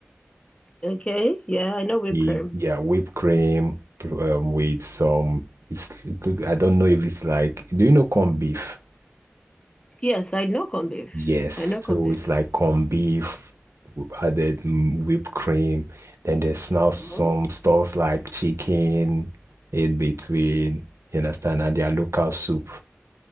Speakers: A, on the left; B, on the right.
A: Okay, yeah, I know whipped
B: We
A: cream.
B: yeah, whipped cream um, with some. It's it look, I don't know if it's like. Do you know corned beef?
A: Yes, I know corned beef.
B: Yes, so
A: I know corned beef.
B: it's like corned beef w- added mm, whipped cream. Then there's now some
A: Mhm.
B: stuffs like chicken in between. You understand? And their local soup.